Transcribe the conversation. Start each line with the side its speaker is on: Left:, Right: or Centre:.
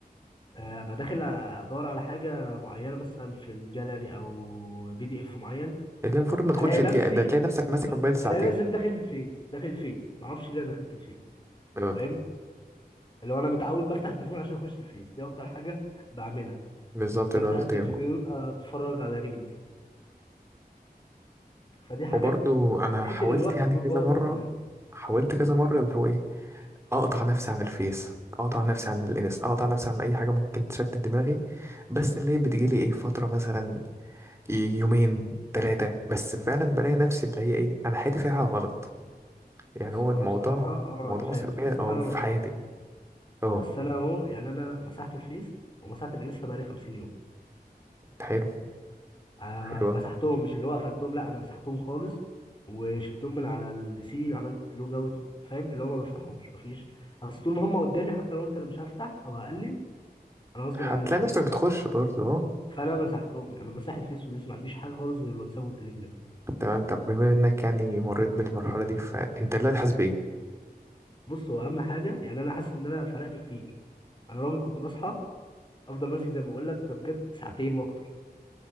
Left: آه، ابقى داخل ادور على حاجة معينة مثلا في الجاليري او بي دي اف معين
Right: اللي المفروض ما تاخدش
Left: الاقي
Right: دقيقه
Left: نفسي
Right: ده تلاقي نفسك ماسك موبايل ساعتين
Left: الاقي نفسي داخل الفيس داخل الفيس معرفش ليه أنا دخلت الفيس
Right: اه
Left: فاهم لو انا متعود بفتح التليفون عشان اخش الفيس دي اكتر حاجة بعملها
Right: بالظبط
Left: بفتح
Right: ده قصدي
Left: التلفزيون اتفرج على ريلز فدي حاجات
Right: وبرضو انا
Left: تقتل
Right: حاولت
Left: الوقت
Right: يعني
Left: وبتبوظ
Right: كذا مره
Left: الدماغ
Right: حاولت كذا مره اللي هو ايه اقطع نفسي عن الفيس اقطع نفسي عن الانس اقطع نفسي عن اي حاجه ممكن تشتت دماغي بس اللي هي بتجيلي ايه فتره مثلا يومين ثلاثه بس فعلا بلاقي نفسي اللي هي ايه انا حياتي فيها غلط يعني
Left: بص
Right: هو
Left: انا
Right: الموضوع
Left: بصراحه اه
Right: موضوع
Left: انا فاهم
Right: سلبية
Left: تحس
Right: أو
Left: بحاجه
Right: في
Left: ناقصاك
Right: حياتي اه
Left: بس انا اهو يعني انا مسحت الفيس ومسحت الانستا بقالي 50 يوم
Right: حلو
Left: آه
Right: حلو أوي.
Left: مسحتهم مش اللي هو قفلتهم لا انا مسحتهم خالص وشلتهم من على البي سي عملت لوج اوت فاهم اللي هو ما بفتحهمش مفيش اصل طول ما هم قدامي حتى لو قلت انا مش هفتح او هقلل انا غصب
Right: هتلاقي
Left: عني بخش
Right: نفسك بتخش برضه اه
Left: فانا مسحتهم يعني انا مسحت الفيس والانستا ما عنديش حاجه خالص غير الواتساب والتليجرام
Right: تمام طب بما انك يعني مريت بالمرحلة دي فانت دلوقتي حاسس بإيه؟
Left: بص هو اهم حاجه يعني انا حاسس ان انا فرقت كتير انا راجل كنت بصحى افضل ماسك زي ما بقول لك ده بجد ساعتين واكتر